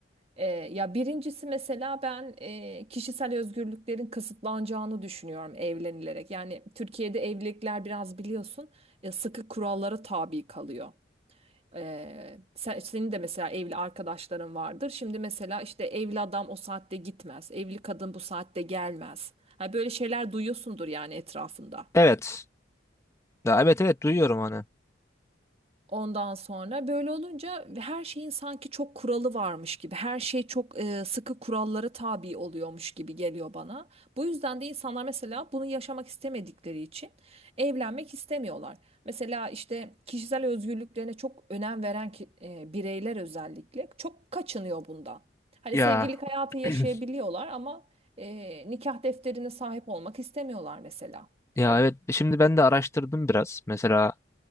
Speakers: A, on the right (about 35°); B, on the left (about 15°).
A: Ee, ya birincisi mesela ben e, kişisel özgürlüklerin kısıtlanacağını düşünüyorum evlenilerek. Yani Türkiye'de evlilikler biraz biliyorsun e, sıkı kurallara tabi kalıyor. Ee, sen, senin de mesela evli arkadaşların vardır. Şimdi mesela işte evli adam o saatte gitmez. Evli kadın bu saatte gelmez. Ha, böyle şeyler duyuyorsundur yani etrafında.
B: Evet. Ya evet evet duyuyorum hani.
A: Ondan sonra böyle olunca her şeyin sanki çok kuralı varmış gibi, her şey çok e, sıkı kurallara tabi oluyormuş gibi geliyor bana. Bu yüzden de insanlar mesela bunu yaşamak istemedikleri için evlenmek istemiyorlar. Mesela işte kişisel özgürlüklerine çok önem veren ki- e, bireyler özellikle çok kaçınıyor bundan. Hani
B: Ya
A: sevgililik hayatı
B: <clears throat>
A: yaşayabiliyorlar ama e, nikah defterine sahip olmak istemiyorlar mesela.
B: ya
A: Ya,
B: evet şimdi ben de araştırdım biraz. Mesela